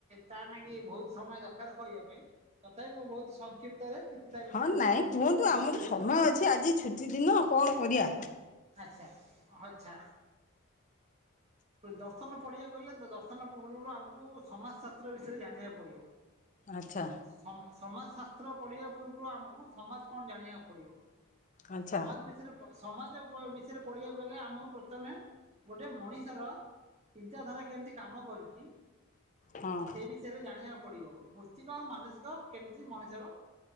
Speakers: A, on the right; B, on the left.
A: ତାନାଗି ବହୁତ ସମୟ ଦରକାର କରିବା ପାଇଁ ତଥାପି ମୁଁ ବହୁତ ସଂକ୍ଷିପ୍ତରେ କିଛି ତା ବିଷୟରେ
B: ହଁ ନାଇଁ କୁହନ୍ତୁ ଆମର
A: ଦର୍ଶେଇ
B: ସମୟ
A: ଦଉଛି।
B: ଅଛି ଆଜି ଛୁଟି ଦିନ କଣ କରିଆ।
A: ଆଚ୍ଛା ଅଚ୍ଛା। ଦର୍ଶନ ପଢିବାକୁ ହେଲେ ଦର୍ଶନ ପୂର୍ବରୁ ଆମକୁ ସମାଜ ଶାସ୍ତ୍ର ବିଷୟରେ ଜାଣିବାକୁ ପଡିବ।
B: ଆଚ୍ଛା
A: ସମ ସମାଜଶାସ୍ତ୍ର ପଢ଼ିବା ପୂର୍ବରୁ ଆମକୁ ସମାଜ କଣ ଜାଣିବାକୁ ପଡିବ
B: ଆଚ୍ଛା
A: ସମାଜ ବିଷୟରେ ପ <unintelligible> ପ ଦିସପ ପଢ଼ିବାକୁ ହେଲେ ଆମକୁ ପ୍ରଥମେ ଗୋଟେ ମଣି ର ଚିନ୍ତାଧାରା କେମିତି କାମ କରିଛି।
B: ହଁ।
A: ସେ ବିଷୟରେ ଜାଣିବା ପଡିବ ଭୌତିକ ଆଉ ମାନସିକ କେମିତି ମଣିଷର